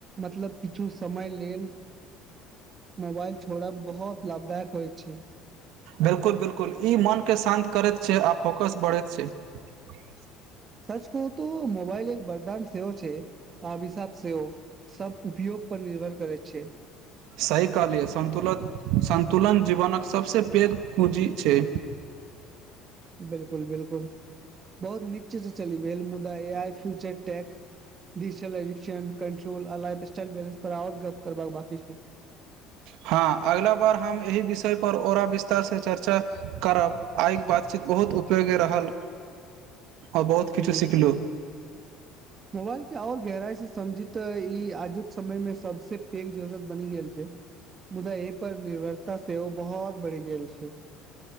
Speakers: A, on the right; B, on the right.
A: मतलब किछु समय लेल मोबाइल छोड़ला बहुत लाभदायक होय छै
B: बिलकुल बिलकुल ई मन के शान्त करैत छै आ फोकस बढ़ैत छै
A: सच कहुं त मोबाइल एक वरदान सेहो छै आभिशाप सेहो सब उपयोग पर निर्भर करै छै
B: सही कहलियै संतुलन संतुलन जीवनक सबस पैघ पूंजी छै
A: <inaudible> बिलकुल बिलकुल बहुत नीक चीज चली भेल मुदा A I future tech digital addiction control आ लाइफ स्टाइल बैलन्स पर आर गप्प करबाक बांकी छै <inaudible>
B: हँ अगिला बार हम एहि विषय पर ओरा विस्तार से चर्चा करब आइ के बातचीत बहुत उपयोगी रहल
A: <inaudible>
B: आ बहुत किछु
A: ह
B: सिखलु
A: मोबाइल के आओर गहराइ से समझी तऽ ई आज आजुक समयमे सबसे पैघ जरूरत बनि गेल छै मुदा एहि पर निर्भरता सेहो बहुत बढ़ि गेल छै